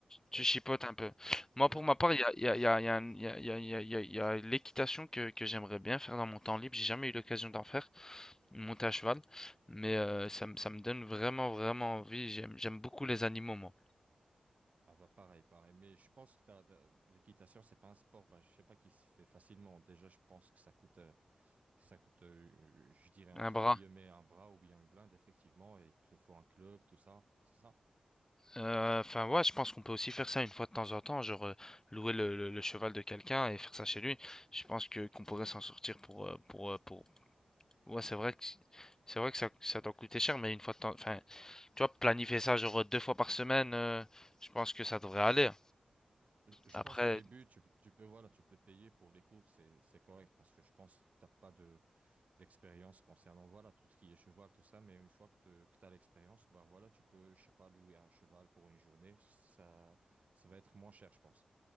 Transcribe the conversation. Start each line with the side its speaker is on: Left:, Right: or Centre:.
Left: tu
Right: Oui,
Left: chipotes un peu. Moi,
Right: oui.
Left: pour ma part, il y a, il y a- il y a- il y a un- il y a- il y a- il y a- il y a- il y a l'équitation que, que j'aimerais bien faire dans mon temps libre. J'ai jamais eu l'occasion d'en faire, monter à cheval. Mais euh, ça, me ça me donne vraiment, vraiment envie. J'aime, j'aime beaucoup les animaux, moi.
Right: Ah bah pareil, pareil. Mais je pense que t'as, t'as- l'équitation, c'est pas un sport, bah, je sais pas qui se fait facilement. Déjà, je pense que ça coûte... euh, Ça coûte, euh, je dirais, entre
Left: Un bras.
Right: guillemets, un bras ou bien une blinde, effectivement, et il te faut un club, tout ça, c'est ça?
Left: Euh, Enfin, ouais, je pense qu'on peut aussi faire ça une fois de temps en temps, genre euh, louer le, le- le cheval de quelqu'un et faire ça chez lui. Je pense que qu'on pourrait s'en sortir pour, euh, pour, euh, pour. Ouais, c'est vrai que c'est vrai que ça, ça doit coûter cher, mais une fois de temps, enfin, Tu vois, planifier ça genre deux fois par semaine, euh, je pense que ça devrait aller.
Right: Euh, Je
Left: Après,
Right: pense au début, tu, tu peux, voilà, tu peux payer pour les cours, c'est, c'est correct, parce que je pense que t'as pas de, d'expérience concernant, voilà, tout ce qui est cheval, tout ça, mais une fois que tu as l'expérience, bah voilà, tu peux, je sais pas, louer un cheval pour une journée, ça, ça va être moins cher, je pense.